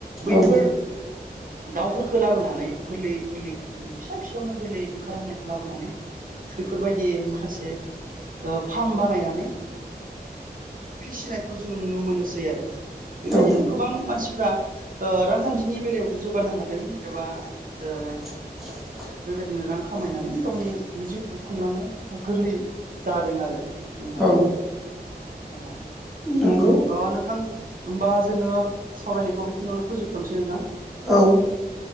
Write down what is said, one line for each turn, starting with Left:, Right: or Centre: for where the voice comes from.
Right: बैफोर
Centre: औ
Right: दाउफोरखौ लाबोनानै गोरलै गोरलैखौ जोंङो फिसा फिसायावनो गोरलै ओंखारहांनायखौ लाबोनानै बेफोरबायदि माखासे ओ फार्म बानायनानै फिसिनायखौ जोङो नुनो मोनोसै आरो बेबायदिनो
Centre: औ
Right: गोबां मानसिफ्रा ओ रांखान्थिनि बेलायावबो जौगानो हादों एबा ओ
Centre: <unintelligible>
Right: बेबायदिनो रां खामायनानै गावनि जिउखौ खुंलांनो गोरलै जादों आरो नोंथां
Centre: औ
Right: औ।
Centre: नंगौ
Right: अ नोंथां होमबा जोङो सावरायनायखौ बेखिनियावनो फोजोबथ'नोसै नोंथां।
Centre: औ।